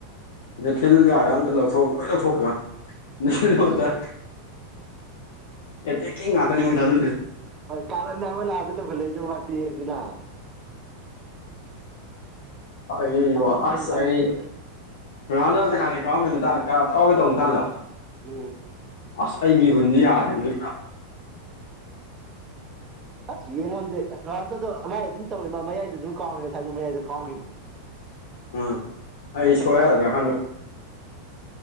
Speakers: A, on the left; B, on the right.
A: ꯃ‌ꯦꯊꯤꯜ ꯀꯥꯏꯅ ꯑꯝꯇ ꯂꯧꯊꯣꯛ ꯂꯣꯏ ꯂꯧꯊꯣꯛꯈꯤꯕꯩ
B: ꯑꯁ
A: <unintelligible> ꯑꯦꯠꯇ‌ꯦꯛꯀꯤꯡ ꯉꯥꯛꯇꯅ‌ꯦ ꯃꯣꯏ ꯊꯖꯜꯂꯛꯏꯗ‌ꯣ
B: ꯍꯣꯏ ꯀꯥꯔꯟꯅ‌ꯦꯕ ꯂꯥꯁꯇ ꯇꯧꯈꯠꯂꯛꯏꯗ‌ꯣ ꯃꯥꯔꯇꯦ ꯗꯨꯅ
A: ꯑꯩꯕ‌ꯨ
B: ꯑꯗꯨ ꯐꯩ
A: ꯑꯁ
B: ꯔꯥꯃꯣꯁꯇꯣ
A: ꯑꯩ
B: ꯉꯁꯥꯏ ꯐꯩ
A: ꯔ‌ꯣꯅꯥꯜꯗ‌ꯣꯅ ꯄ‌ꯦꯅꯥꯜꯇꯤ ꯀꯥꯎ ꯀꯥꯎꯒꯦ ꯇꯧꯕ ꯃꯇꯥꯡꯗꯣ
B: ꯎꯝ
A: ꯑꯁ ꯑꯩ ꯃꯤꯍꯨꯟꯁ‌ꯦ ꯌꯥꯗꯕ ꯃꯤ
B: ꯑꯁ ꯌꯦꯡꯉꯣꯗꯤ ꯔ‌ꯣꯅꯥꯜꯗ‌ꯣ ꯗ‌ꯣ ꯃꯥꯏ ꯑꯗꯨꯝ ꯇꯧꯋꯦ ꯃꯥ ꯃꯌꯥꯏꯗ ꯑꯗꯨꯝ ꯀꯥꯎꯋꯦ ꯉꯁꯥꯏꯁꯨ ꯃꯌꯥꯏꯗ ꯀꯥꯎꯈꯤꯕꯅꯦ
A: ꯑꯥ ꯑꯩ
B: ꯃꯊꯛ
A: ꯁꯣꯏꯔꯛꯑꯗꯔ
B: ꯋꯥꯏꯗ
A: ꯈꯟꯂꯨꯏ